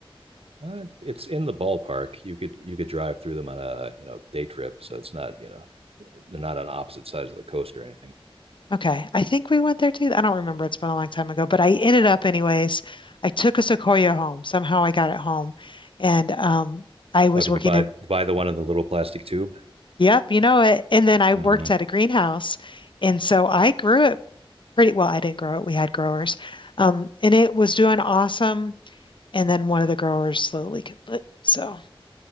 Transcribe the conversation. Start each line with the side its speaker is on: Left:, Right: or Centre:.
Right: uh, it's in the ballpark. You could you could drive through them on a you know day trip, so it's not you know they're not on opposite sides of the coast or anything.
Left: Okay. I think we went there too. I don't remember. It's been a long time ago, but I ended up anyways. I took a Sequoia home. Somehow I got it home. And um, I was
Right: Oh, did
Left: working
Right: you buy
Left: at,
Right: buy the one in the little plastic tube?
Left: yep, you know it. And then I worked
Right: Mm-hmm.
Left: at a greenhouse. And so I grew it pretty well. I didn't grow it. We had growers. Um, and it was doing awesome. And then one of the growers slowly killed it. So,